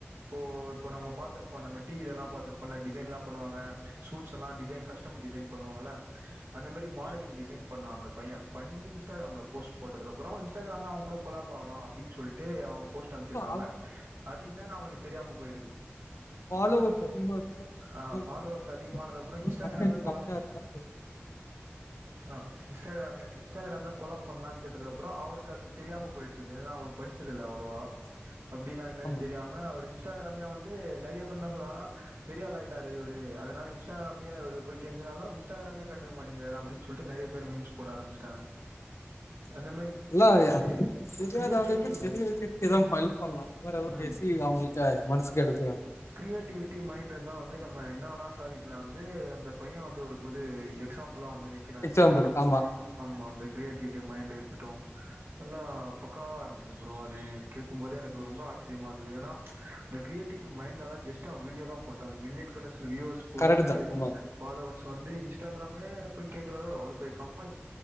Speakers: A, on the right (about 70°); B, on the left (about 85°).
A: இப்போ இப்போ நம்ம பாத்துருப்போ நம்ம டிவில எல்லா பார்த்திருப்போம்ல்ல டிசைன்ல்லா பண்ணுவாங்க சூட்ஸ் எல்லாம் டிைன் கஸ்டம் டிசைன் பண்ணுவாங்களல அந்த மாரி
B: ஆமா
A: மாடலிங் டிைன் பண்ணா அந்த பையன் பண்ணி இன்ஸ்டாகிராமல போஸ்ட் போட்டதுக்குப்புறம் இன்ஸ்டாகிராம் தான் அவன் கூட கொலாப்பகலாம் அப்டின்னு சொல்லிட்டு அவங்க போஸ்ட் அமைச்சிருக்காங்க
B: அது
A: அது என்ன அவனுக்கு தெரியாம போயிருக்கு
B: ஃபாலவர்ஸ் அதிகமா இருந்தா
A: ஆ
B: <unintelligible>
A: ஃபாலோவர்ஸ் அதிகமானதுக்கப்புறோ இன்ஸ்டாகிராமே
B: கன்டென்ட் கரெக்டா இருந்தா போதும்
A: ஆஹ் இன்ஸ்டாகிராமே இன்ஸ்டாகிராமே கொலாப் பண்ணலான்னு கேட்டது அப்புறம் அவருக்கு அது தெரியாம போயிட்டு இருது ஏன்னா அவரு படிச்சது இல்லை அவ்ளோவ அப்டின்னு என்னன்னு
B: ஆமா
A: தெரியாம அவர் இன்ஸ்டாகிராமே வந்து நெறைய பேரு என்ன சொன்னாங்க பெரிய ஆள் ஆயிட்டா இவரு அதனால இன்ஸ்டாகிராமே போய் கெஞ்சுனாலும் இன்ஸ்டாகிராமே கண்டுக்க மாட்டேங்குறாரு அப்டின்னு சொல்லட்டு நெறைய மீம்ஸ் போட ஆரம்பிச்சிட்டாங்க அந்த மாரி
B: இல்ல
A: அதாவது
B: தெரியாதவங்க
A: கிரியேட்டிவிட்டி மைண்ட்
B: தெரியவைக்கிறதுக்கு எத ஹெல்ப் பண்ணலாம் இந்த மாரி எல்லா
A: ம்
B: பேசி அவங்களுக்கு மனசுக்கு எடு
A: கிரியேட்டிவிட்டி மைண்ட் இருந்தா வந்து நம்ம என்ன வேணா சாதிக்கலாம் வந்து பையன் வந்து ஒரு புது எக்ஸாம் பிளால வந்து நிக்கிறன்
B: எக்ஸாம்பிள்
A: இப்ப நம்மளுக்கு
B: ஆமா
A: ஆமா அந்த கிரியேட்டிவிட்டி மைண்ட் இருக்கட்டும் நல்லா பக்காவா இருந்தது அப்புறம் அது கேட்கும் போது எனக்கு ரொம்ப ஆச்சரியமா இருந்தது ஏன்னா இந்த கிரியேட்டிட்டி மைண்டால ஜஸ்ட் அவன் வீடியோ தான் போட்டான் மில்லன் கலர்ஸ் வியூவர்ஸ் போய்
B: கரெக்ட் தா ஆமா
A: பாலோவர்ஸ் வந்து இன்ஸ்டாகிராமே போய் கேக்குறாரு அவ்வளோ பெரிய கம்பெனி